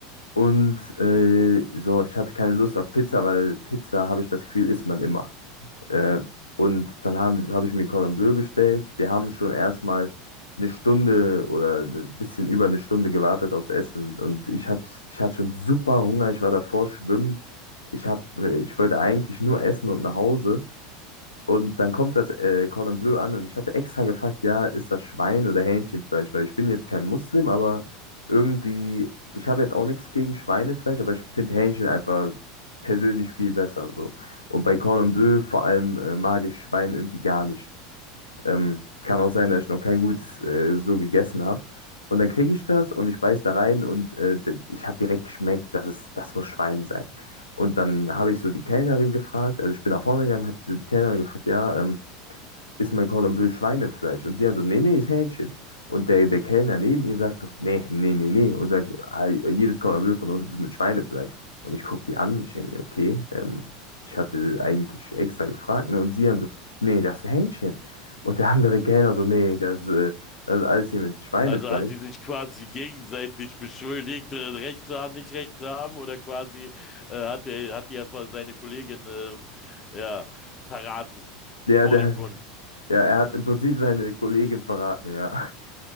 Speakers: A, on the left (about 80°); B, on the left (about 30°).
A: Und äh, so, ich hatte keine Lust auf Pizza, weil Pizza, habe ich das Gefühl, isst man immer. Äh, und dann haben, habe ich mir Cordon Bleu bestellt. Wir haben schon erstmal eine Stunde oder ein bisschen über eine Stunde gewartet aufs Essen. Und ich hatte, ich hatte schon super Hunger. Ich war davor schwimmen. Ich hab, äh, ich wollte eigentlich nur essen und nach Hause. Und dann kommt das äh, Cordon Bleu an und ich hatte extra gefragt, ja, ist das Schwein oder Hähnchenfleisch? Weil ich bin jetzt kein Muslim, aber irgendwie, ich habe jetzt auch nichts gegen Schweinefleisch, aber ich finde Hähnchen einfach persönlich viel besser so. Und bei Cordon Bleu vor allem äh, mag ich Schwein irgendwie gar nicht. Ähm, kann auch sein, dass ich noch kein gutes äh, so gegessen habe. Und dann kriege ich das und ich beiß da rein und äh, d- ich habe direkt geschmeckt, dass es, das muss Schwein sein. Und dann habe ich so die Kellnerin gefragt, also ich bin nach vorne gegangen, habe so die Kellnerin gefragt, ja, ähm, ist mein Cordon Bleu Schweinefleisch? Und sie hat so, nee, nee, ist Hähnchen. Und der, der Kellner neben ihr sagt so, nee, nee, nee, nee. Und sagt, "Ah, jedes Cordon Bleu von uns ist mit Schweinefleisch. Und ich gucke die an und ich denke mir, okay, ähm, ich hatte eigentlich extra gefragt. Ne? Und sie dann so, nee, das ist Hähnchen. Und der andere Kellner so, nee, das, äh, das ist alles hier mit Schweinefleisch.
B: Also haben die sich quasi gegenseitig beschuldigt, äh, Recht zu haben, nicht Recht zu haben, oder quasi äh, hat der, hat die erstmal seine Kollegin ähm, ja, verraten
A: Ja,
B: vor
A: der,
B: dem Kunden.
A: ja, er hat im Prinzip seine Kollegin verraten, ja. <laughs>